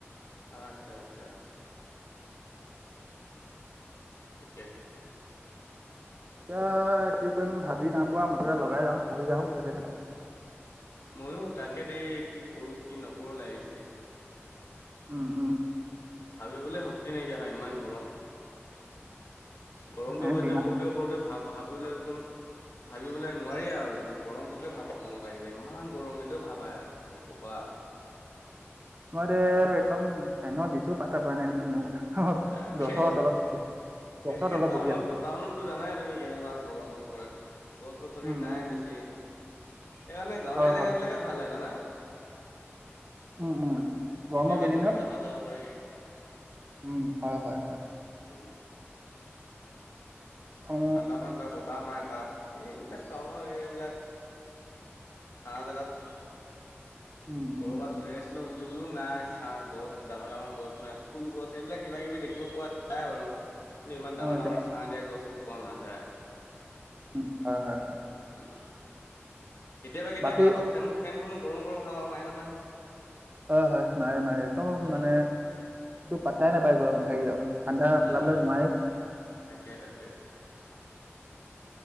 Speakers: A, on the left; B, on the right.
A: আচ্ছা আচ্ছা ঠিকে ঠিকে
B: এতিয়া কি কৰিম ভাবি নাপোৱা মুঠতে লগাই যাওঁ পঢ়ি যাওঁ মুঠতে
A: ময়ো তাকে দেই কি কৰো কি নকৰো লাগিছে
B: উম উম উ
A: ভাবিবলৈ শক্তি নাইকিয়া হয় ইমান গৰম গৰমটো
B: এনে
A: সহ্য
B: দিম আৰু।
A: কৰোতে কৰতে ভাব ভাবিলে একদম ভাবিবলৈ নোৱাৰি আৰু একদম গৰমটোকে ভাবি মনত আহিলে ইমান গৰমটে ভাবাই আৰু কি ক'বা
B: মই দে একদম ফেন বিছো পাতা পা নাই নেকি মোক
A: তাকে
B: গছৰ তলত গছৰ
A: এ
B: তলত
A: টাউনতো
B: বহি আছোঁ।
A: টাউনতটো জানাই তুমি কেনেকুৱা গৰমটো পৰে গছ গছনি
B: উম,
A: নাই
B: উম,
A: বেছি সেইকাৰণে গাঁৱলীয়া
B: হয়,
A: জেগা
B: হয়,
A: বিলাকে ভাল লাগে জানা।
B: উম উম
A: কেতিয়াবা
B: গৰমৰ কেইদিনত
A: নদীৰ কাষত যাব পাৰি
B: উম হয় হয় হয়
A: উম
B: অ',
A: ঠাণ্ডা ঠাণ্ডা বতা মাৰে তাত এইবিলাক টাউনৰ এইবিলাক ছাহ জেগাত
B: উম, উম,
A: কৰ'বাত ৰেষ্ট ল বুলি ফুলো নাই চাহ গছ ডাঙৰ ডাঙৰ গছ নাই ফুল গছ এইবিলাক কিবা কিবি দেখিব পোৱা যায় বাৰু কিন্তু ইমান ডাঙৰ
B: অ',
A: ডাঙৰ
B: যা-
A: ছাহ দিয়া গছতটো পোৱা নাযায়।
B: উ হয় হয় হয়
A: উম, কেতিয়াবা কেতিয়াবা
B: বাকী
A: আকৌ ফেন ফেনখনো গৰম গৰম হাৱা মাৰে নহয়।
B: হয় হয় মাৰে মাৰে একদম
A: উম,
B: মানে পাতাই নাপায় গৰম শাৰিৰীক ঠাণ্ডা পেলাবলৈ
A: উম,
B: নোৱাৰি
A: তাকে তাকে